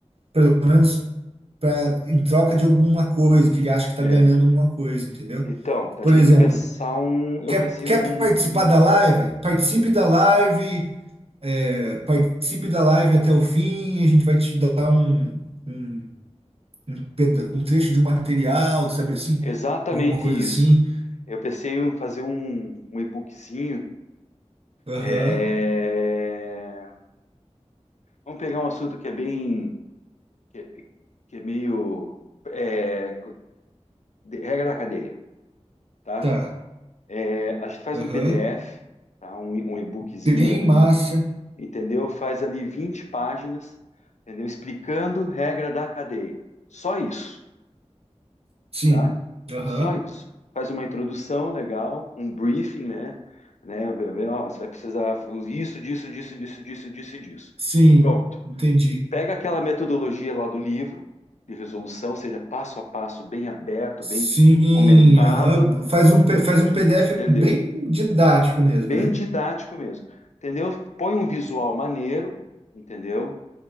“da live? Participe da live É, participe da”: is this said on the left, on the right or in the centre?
Right